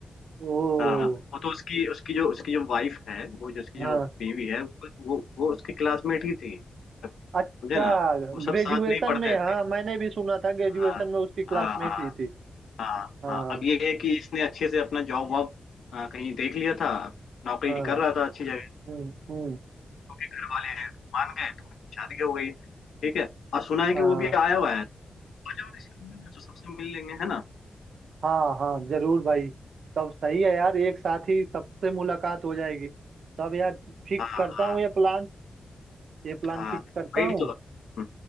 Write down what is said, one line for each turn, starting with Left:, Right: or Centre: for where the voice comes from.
Right: ओ
Left: हाँ वो तो उसकी उसकी जो उसकी जो वाइफ है वो जो उसकी
Right: हाँ
Left: जो बीवी है वो वो वो उसकी क्लासमेट ही थी मतलब
Right: अच्छा
Left: समझे ना वो
Right: ग्रेजुएशन
Left: सब साथ में ही पढ़ते
Right: में
Left: थे
Right: हाँ मैंने भी सुना था ग्रेजुएशन
Left: हाँ
Right: में उसकी क्लासमेट
Left: हाँ हाँ
Right: ही थी
Left: हाँ
Right: हाँ
Left: हाँ अब ये है कि इसने अच्छे से अपना जॉब वॉब आ, कहीं देख लिया था नौकरी
Right: हाँ
Left: कर रहा था अच्छी जगह
Right: हम्म हम्म
Left: घर वाले मान गए तो उनकी शादी हो गई ठीक है और सुना है कि
Right: हाँ
Left: वो भी आया हुआ है तो आ जाओ इसी रूम में, तो सबसे मिल लेंगे है ना
Right: हाँ हाँ जरूर भाई तब सही है यार एक साथ ही सबसे मुलाकात हो जाएगी तब यार फिक्स
Left: हाँ
Right: करता
Left: हाँ
Right: हूँ ये प्लान ये प्लान
Left: हाँ
Right: फिक्स करता
Left: वही
Right: हूँ
Left: तो हम्म,